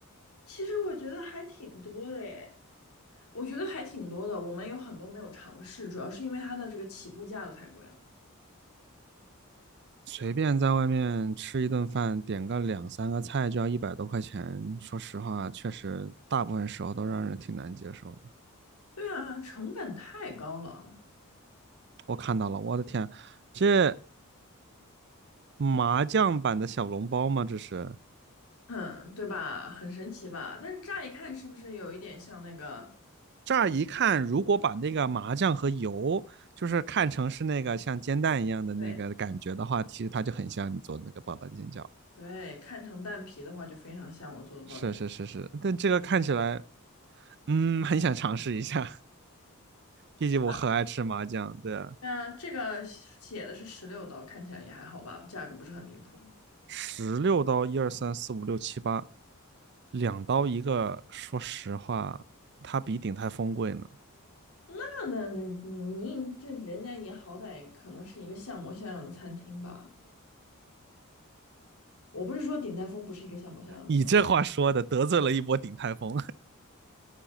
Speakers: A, on the left; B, on the right.
A: 其实我觉得还挺多的耶。我觉得还挺多的，我们有很多没有尝试，主要是因为它的这个起步价都太贵了。
B: 随便在外面吃一顿饭，点个两三个菜就要一百多块钱。说实话，确实大部分时候都让人挺难接受的。
A: 对啊，成本太高了，
B: 我看到了，我的天，这麻酱版的小笼包吗？这是。
A: 嗯，对吧？很神奇吧？但是乍一看是不是有一点像那个？
B: 乍一看，如果把那个麻酱和油，就是看成是那个像煎蛋一样的那个感觉的话，
A: 对
B: 其实它就很像你做的那个爆蛋煎饺。
A: 对，看成蛋皮的话就非常像我做的爆蛋卷，
B: 是是是是，但这个看起来，嗯，很想尝试一下，<laughs> 毕竟我很爱吃麻酱。
A: 是吧？
B: 对啊，
A: 嗯，这个写的是十六刀，看起来也还好吧，价格不是很离谱。
B: 十六刀，一二三四五六七八，两刀一个。说实话，它比鼎泰丰贵呢。
A: 那那你你这人家也好歹可能是一个像模像样的餐厅吧？我不是说鼎泰丰不是一个像模像样的餐厅。
B: 你这话说的得罪了一波鼎泰丰，